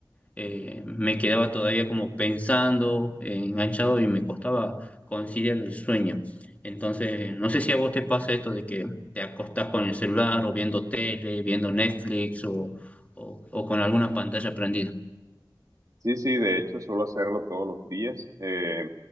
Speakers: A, on the left; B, on the right.
A: eh, me quedaba todavía como pensando, eh, enganchado y me costaba conciliar el sueño. Entonces, no sé si a vos te pasa esto de que te acostás con el celular o viendo tele, viendo Netflix o, o, o con alguna pantalla prendida.
B: Sí, sí, de hecho suelo hacerlo todos los días. Eh,